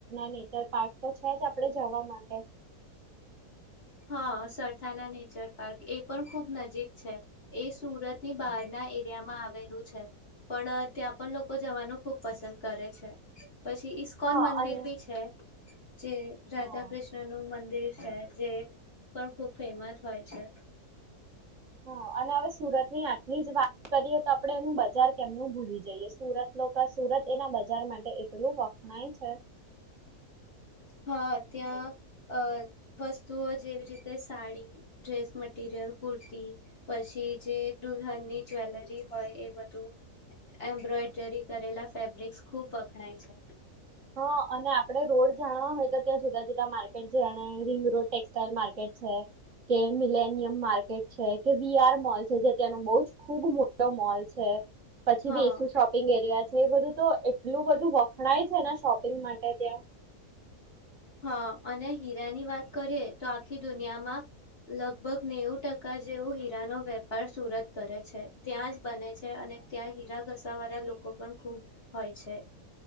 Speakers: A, on the right; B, on the left.
A: અત્યારે પાારક તો છે જ આપડણે જવા માટેમાં. <inaudible>
B: હા સરથાણા નેચર પાર્ક એ પણ ખુબ નજીક છે એ સુરતની બહારના એરિયામાં આવેલું છે પણ ત્યાં પણ લોકો જવાનું ખુબ પસંદ કરે છે. પછી ઈસ્કોન
A: હા
B: મંદિર
A: અને
B: બી છે. જે રાધા
A: હા
B: કૃષ્ણ નું મંદ છે એ પણ ખુબ ફેમસ હોય છે.
A: હા અને હવે સુરતની આટલી જ વાત કરીએ તો આપણે એનું બજાર કેમનું ભૂલી જઈએ. સુરત સુરત એના બજાર મા ટે એટલું વા નાહી છે.
B: હા ત્યાં અ વસ્તુઓ જેવી રીતે સાડી, ડ્રેસ મટીરિયલ, કુર્તી પછી જે દુલ્હનની જ્વેલરી હોય એ બધું એમ્બ્રોઈડરી કરેલા ફેબ્રિક્સ ખૂબ વખણાય છે.
A: હા! અને આપણે રોડ જાણવા હોય તો, ત્યાં જુદા જુદા માર્કેટ છેણે રિંગ રોડ ટેક્સટાઈલ માર્કેટ છે. કે મિલેનિયમ માર્કેટ છે કે વીઆર મોલ છે. જે ત્યાંનું બહું જ ખુબ મોટો મોલ છે. પછી
B: હા
A: બી શું શોપિંગ એરિયા એ બધું તો એટલું બધું વખણાય છે ને શોપિંગ માટે ત્યાં.
B: હા અને હીરાની વાત કરીએ તો આખી દુનિયામાં લગભગ નેવું ટકા જેવો હીરાનો વેપાર સુરત કરે છે. ત્યાં જ બને છે અને ત્યાં હીરા ઘસા વાળા લોકો પણ ખૂબ હોય છે.